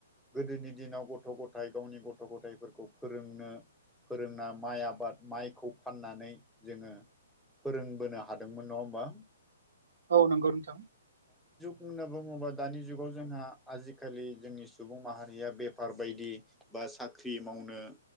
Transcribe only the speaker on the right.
औ नंगौ नोंथां